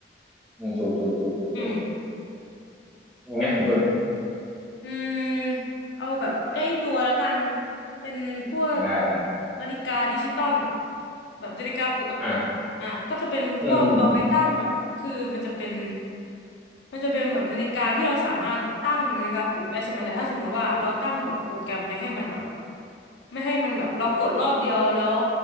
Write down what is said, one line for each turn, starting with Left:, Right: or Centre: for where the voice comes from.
Centre: อืมถูกถูกถูกถูกถูก
Left: อืม
Centre: อีกไหมของคุณ
Left: อืมเอาแบบใกล้ตัวแล้วกันเป็นพวก
Centre: อ่าได้ได้
Left: นาฬิกาดิจิตอลแบบนาฬิกาปลุกอ่ะ
Centre: อ่า
Left: อ่ะก็จะเป็นพวกเอาไว้ตั้งแบบคือมันจะเป็น
Centre: อืมอืม
Left: มันจะเป็นแบบนาฬิกาที่เราสามารถตั้งนาฬิกาปลุกได้ใช่ไหมแต่ถ้าสมมุติว่าเราตั้งแบบโปรแกรมไม่ให้มันแบบไม่ให้มันแบบเรากดรอบเดียวแล้ว